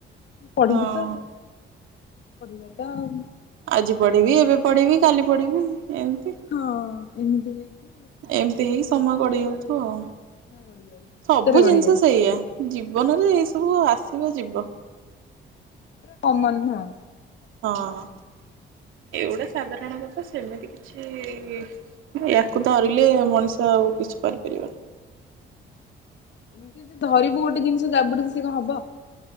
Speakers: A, on the left; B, on the right.
A: ପଢିବି
B: ହଁ
A: ତ ଆଉ, ପଢିବା ତ ଆଉ।
B: ଆଜି ପଢିବି ଏବେ ପଢିବି କାଲି ପଢିବି ଏମିତି,
A: ହଁ ଏମିତି ହେଇକି
B: ଏ ଏତେ ହେଇକି ସମୟ ଗଡ଼ି ଯାଉଥିବ ଆଉ
A: ଗଡି ଯାଉଛି
B: ସବୁ
A: ସତରେ ଗଡି
B: ଜିନିଷ
A: ଯାଉଛି
B: ସେୟା। ଜୀବନରେ ଏଇ ସବୁ ଆସିବ ଯିବ।
A: ପୁରା କମନ୍ ନୁହ।
B: ହଁ, ଏଗୁଡା ସାଧାରଣ କଥା ସେମିତି କି କିଛି ୟାକୁ ଧରିଲେ ମଣିଷ ଆଉ କିଛି କରିପାରିବନି।
A: ଏମିତି ଯଦି ଧରିବୁ ଗୋଟେ ଜିନିଷ ଯାବୁଡିକି ସେ କଁ ହବ।